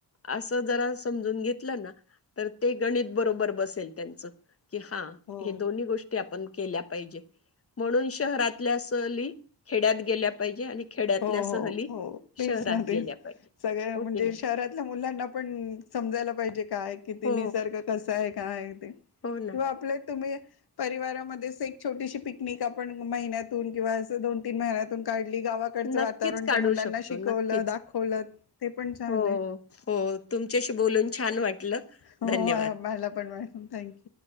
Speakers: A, on the left (about 35°); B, on the left (about 70°).
A: असं जरा समजून घेतलं ना तर ते गणित बरोबर बसेल त्यांचं कि हा
B: हो
A: हे दोन्ही गोष्टी आपण केल्या पाहिजे म्हणून शहरात <unintelligible> सली खेड्यात गेल्या पाहिजे आणि खेड्यातल्या
B: हो
A: सहली
B: हो हो तेच
A: शहरात
B: न तेच
A: गेल्या पाहिजे
B: सगळ्या
A: हो
B: म्हणजे
A: की नाही.
B: शहरातल्या मुलांना पण समजायला पाहिजे काय किती
A: हो
B: निसर्ग कसा आहे काय ते किंवा
A: हो ना.
B: आपले तुम्ही परिवारामध्ये एक छोटीशी पिकनिक आपण महिन्यातून किंवा अस दोन तीन महिन्यातून काढली गावाात
A: नक्कीच
B: वातावरण
A: काढू
B: तर मुलांना
A: शकतो
B: शिकवलं
A: नक्कीच
B: दाखवलं ते पण छान
A: हो
B: आहे
A: हो तुमच्याशी बोलून छान वाटलं
B: हो
A: धन्यवाद.
B: पाहिला पण मॅडम थँक्यू